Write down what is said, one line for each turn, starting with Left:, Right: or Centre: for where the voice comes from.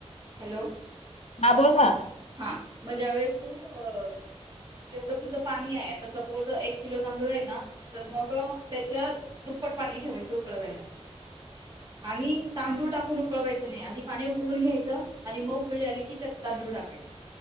Right: हॅलो.
Left: हा बोल ना.
Right: हा मग ज्या वेळेस तू अ. जेवढं तुझं पाणी आहे आता सपोज एक किलो तांदूळ हाय ना तर मग त्याच्यात दुप्पट पाणी ठेवायचं उकळवायला. आणि तांदूळ टाकून उकळवायच नाही आधी पाणी उकळून घ्यायचं आणि मग ऊकळी आली की त्यात तांदूळ टाकायचे.